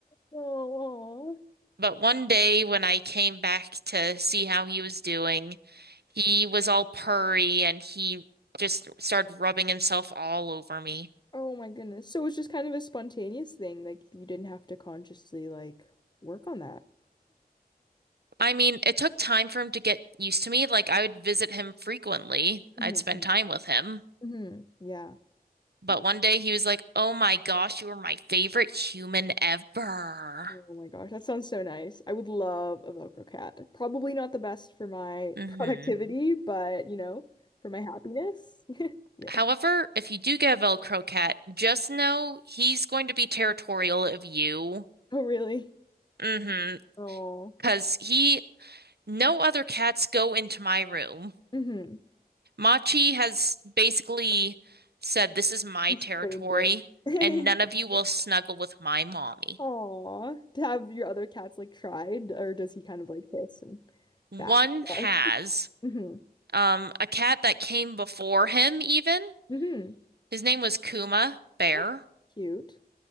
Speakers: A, on the left; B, on the right.
A: Oh.
B: But one day when I came back to see how he was doing, he was all purry and he just started rubbing himself all over me.
A: Oh my goodness. So it was just kind of a spontaneous thing. Like you didn't have to consciously like work on that.
B: I mean, it took time for him to get used to me. Like, I would visit him frequently.
A: hmm
B: I'd spend time with him.
A: hmm Yeah.
B: But
A: Okay.
B: one day he was like, "Oh my gosh, you are my favorite human ever."
A: Oh my gosh, that sounds so nice. I would love a Velcro cat. Probably not the best for my
B: hmm
A: <laughs> productivity, but you know, for my happiness. <laughs> Yeah.
B: However, if you do get a Velcro cat, just know he's going to be territorial of you.
A: Oh, really?
B: Mm-hmm.
A: Oh.
B: Because he, no other cats go into my room.
A: hmm
B: Machi has basically said, "This is my
A: He's
B: territory,
A: claimed it. <laughs> He's
B: and
A: claimed
B: none of you will
A: it.
B: snuggle with my mommy."
A: Aw. To have your other cats like tried, or does he kind of like hiss and
B: One
A: bat his claws?
B: has
A: <laughs> hmm
B: um, a cat that came before him, even.
A: hmm
B: His name was Kuma Bear
A: Oh, Cute.